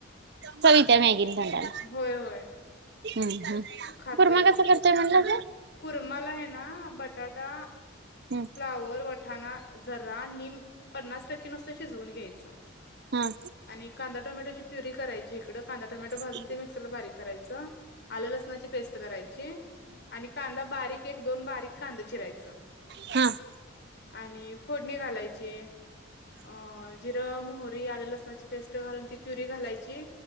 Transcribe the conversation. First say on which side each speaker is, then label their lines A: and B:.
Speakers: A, on the right; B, on the left.
A: चवीित्या मॅगीने तोंडाला
B: होय होय
A: हम्म ह्
B: मग खातोय
A: कुर्मा कस करतोय म्हणज
B: कुरमाला आहे ना बटाटा.
A: हम्.
B: फ्लावर वठाणा झरा निम. पन्नास टक्के नुसतं शिजवून घ्यायचं
A: हा
B: आणि कांदा टोमॅटोची प्युरी करायची इकडं कांदा टोमॅटो भाजून
A: हा.
B: ते मिक्सरला बारीक करायचं आलं लसणाची पेस्ट करायची आणि कांदा बारीक एक दोन बारीक कांदा चिरायचं
A: हम
B: आणि फोडणी घालायची अ जिरं मोहरी आल्या लसणाची पेस्ट घालून ती प्युरी घालायची